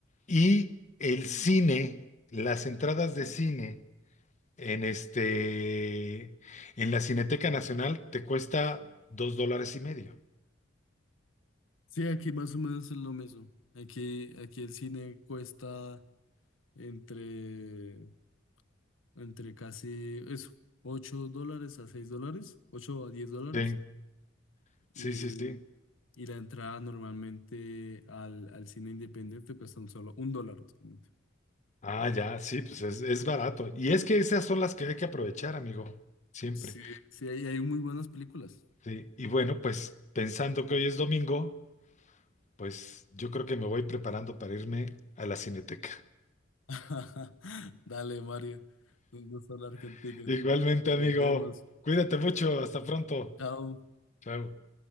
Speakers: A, on the left; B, on the left.
A: Y el cine, las entradas de cine en este, en la Cineteca Nacional te cuesta 2 dólares y medio.
B: sí, aquí más o menos es lo mismo. Aquí, aquí el cine cuesta entre, entre casi eso, 8 dólares a 6 dólares, 8 a 10 dólares,
A: Sí, sí,
B: y
A: sí,
B: el
A: sí.
B: Y la entrada normalmente al, al cine independiente cuesta un solo un dólar. usualmente.
A: Ah, ya, sí, pues es, es barato. Y es que esas son las que hay que aprovechar, amigo, siempre.
B: Sí, sí, hay, hay muy buenas películas.
A: Sí, y bueno, pues pensando que hoy es domingo, pues yo creo que me voy preparando para irme a la Cineteca.
B: <laughs> Dale, Mario. Un gusto hablar contigo.
A: <laughs> Igualmente,
B: Nos
A: amigo,
B: vemos.
A: cuídate mucho, hasta pronto.
B: Chao.
A: Chao.